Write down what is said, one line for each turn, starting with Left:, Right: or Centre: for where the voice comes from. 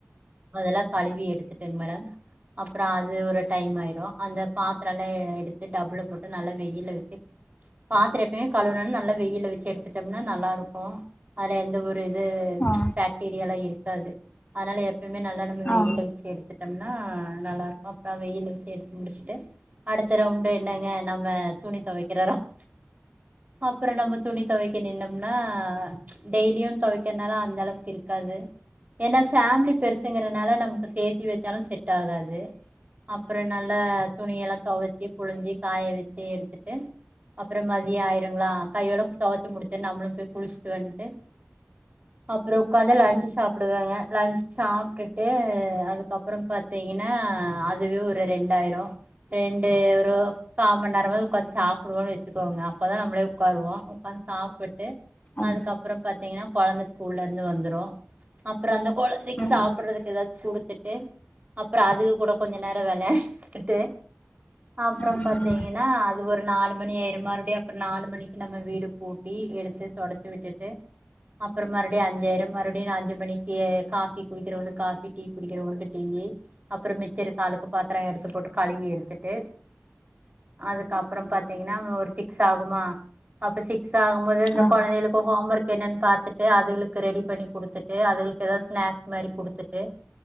Right: அதெல்லாம் கழுவி எடுத்துட்டுங் மேடம் அப்புறோம் அது ஒரு டைம் ஆயிரும் அந்த பாத்திரலாம் எடுத்து டபு போட்டு நல்லா வெயில்ல வச்சு பாத்தரம் எப்பமே கழுவுனா நல்லா வெயில் வச்சு எடுத்துட்டம்னா நல்லா இருக்கும் அதுல எந்த ஒரு பேக்டீரியல்லாம்
Left: ஆ
Right: இருக் அண்டாது அதனால எப்பயுமே நல்லா நம்ம வெயில
Left: ஆ
Right: வச்சு எடுத்துட்டோம்னா நல்லா இருக்கும் அப்புறோம் வெயில்ல வச்சு எடுத்து முடிச்சுட்டு அடுத்த ரவுண்டு என்னங்க நம்ம துணி தொவைக்கிற ரவுண்டு அப்புறம் நம்ம துணி தொவைக்க நின்னோம்னா ச்சி டெய்லியும் தொவைக்கிறதுனால அந்த அளவுக்கு இருக்காது ஏன்னா ஃபேமிலி பெருசுங்கறனால நமக்கு சேத் இட்லி வெச்சாலும் சரி செட் ஆகாது அப்புறோம் நல்லா துணிய எல்லாம் துவச்சி புழிஞ்சி காய வச்சு எடுத்துட்டு அப்புறோம் மதியோம் ஆயிருங்களா கையோடு தொவைச்சு முடிச்சுட்டு நம்மளும் போய் குளிச்சிட்டு வந்துட்டு அப்புறோம் உக்காந்து லன்ச் சாப்பிடுவேங்க லன்ச் சாப்பிட்டுட்டு அதுக்கப்புறம் பாத்தீங்கன்னா அதுவே ஒரு ரெண்டாயிரம் ரெண்டு ஒரு கா மணி நேரமாவுது உக்காந்து சாப்பிடுவோன்னு வச்சுக்கோங்க அப்போதான் நம்மளே உக்காருவோம் உக்காந்து சாப்ட்டு
Left: ம்
Right: அதுக்கப்புறம் பாத்தீங்கன்னா கொழந்த ஸ்கூல்ல இருந்து வந்துரும் அப்புறம் அந்த கொழந்தைக்கு
Left: ம் ம்
Right: சாப்டுறதுக்கு ஏதாவது குடுத்து ட்டு அப்புறோம் அதுகுக கூட கொஞ்ச நேரம் வெளையாண்டுகிட்டு அப்புறோம்
Left: ம்
Right: பாத்தீங்கன்னா அது ஒரு நாலு மணி ஆயிரும் மறுபடியும் அப்புறோம் நாலு மணிக்கு நம்ம வீடு கூட்டி எடுத்து தொடச்சு விட்டுட்டு அப்புறோம் மறுபடியும் அஞ்சாயிரும் மறுபடியும் அஞ்சு மணிக்கு காபி குடிக்கிறவங்களுக்கு காபி டீ குடிக்கிறவங்களுக்கு டீய அப்புறோம் மிச்ச இருக்க அலுக்கு பாத்திரம் எடுத்து போட்டு கழுவி எடுத்துட்டு அதுக்கப்புறோம் பாத்தீங்கன்னா ஒரு சிக்ஸ் சிக்ஸ் ஆகுமா அப்ப சிக்ஸ் ஆகும்போது இந்த
Left: ஆ
Right: கொழந்தைகளுக்கு ஹோம் ஒர்க் என்னனு பார்த்துட்டு அதுளுக்கு ரெடி பண்ணி குடுத்துட்டு அதுகளுக்கு எதாவது ஸ்நாக்ஸ் மாரி குடுத்துட்டு